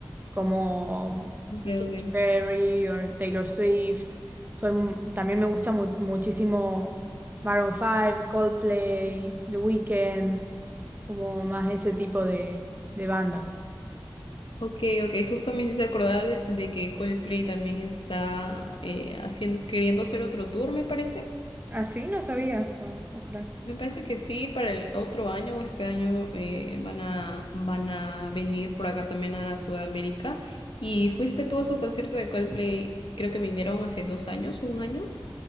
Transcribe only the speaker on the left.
Ok,
ok.
Ok, ok, justo me hice acordar de de que Coldplay también está eh, haciendo, queriendo hacer otro tour, me parece.
Me parece que sí, para el otro año o este año eh, van a, van a venir por acá también a Sudamérica. ¿Y fuiste tú a su concierto de Coldplay? Creo que vinieron hace dos años o un año.